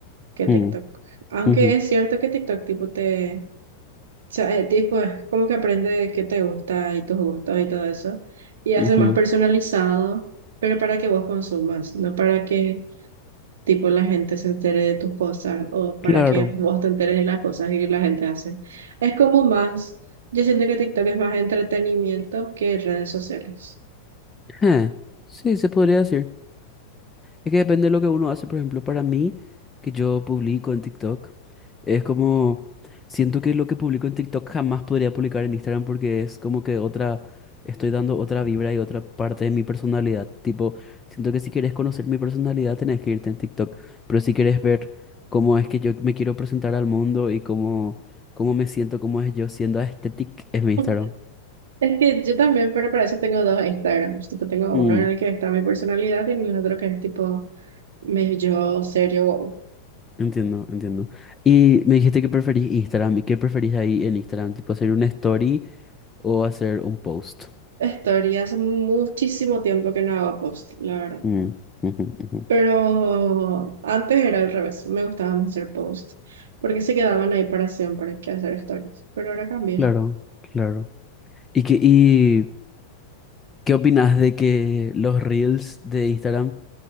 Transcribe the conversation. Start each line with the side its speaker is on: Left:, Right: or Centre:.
Right: que TikTok.
Left: Mm,
Right: Aunque
Left: ujú,
Right: es cierto que TikTok tipo te, o sea, eh, tipo es como que aprende qué te gusta y tus gustos y todo eso y hace
Left: ujú.
Right: más personalizado, pero para que vos consumas, no para que tipo la gente se entere de tus cosas o para
Left: Claro.
Right: que vos te enteres de las cosas que la gente hace. Es como más, yo siento que TikTok es más entretenimiento que redes sociales.
Left: Eh, sí, se podría decir. Es que depende de lo que uno hace, por ejemplo, para mí, que yo publico en TikTok. Es como, siento que lo que publico en TikTok jamás podría publicar en Instagram porque es como que otra, estoy dando otra vibra y otra parte de mi personalidad. Tipo, siento que si quieres conocer mi personalidad tenés que irte en TikTok, pero si quieres ver cómo es que yo me quiero presentar al mundo y cómo, cómo me siento, cómo es yo siendo aesthetic, es mi
Right: <laughs>
Left: Instagram.
Right: Es que yo también, pero para eso tengo dos Instagrams. Tipo, tengo
Left: Mm,
Right: uno en el que está mi personalidad y en el otro que es tipo Me yo, serio, wow.
Left: entiendo, entiendo. Y me dijiste que preferís Instagram y qué preferís ahí en Instagram, tipo hacer una story o hacer un post.
Right: Historia hace muchísimo tiempo que no hago post, la verdad.
Left: Mm, ujú, ujú.
Right: Pero antes era al revés, me gustaba más hacer post, porque se quedaban ahí para siempre, que hacer stories. Pero ahora cambié.
Left: Claro, claro. ¿Y qué, y qué opinas de que los reels de Instagram